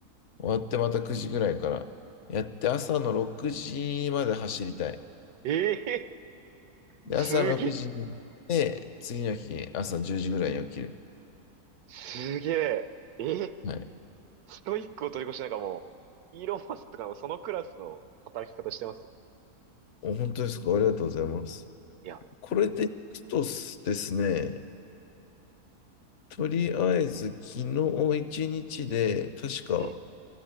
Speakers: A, on the left; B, on the right.
A: 終わってまた9時ぐらいから。やって朝の6時まで走りたい。
B: え。ええ
A: で、
B: すげ、
A: 朝の6時に行って、次の日朝10時ぐらいに起きる。
B: すげえ。え、
A: はい。
B: ストイックを取り越してなんかもう、イーロン・マスクとかもそのクラスの働き方してますよ。
A: お本当ですかありがとうございます。
B: いや、
A: これでいくとですね、とりあえず昨日1日で、確か、
B: ええ、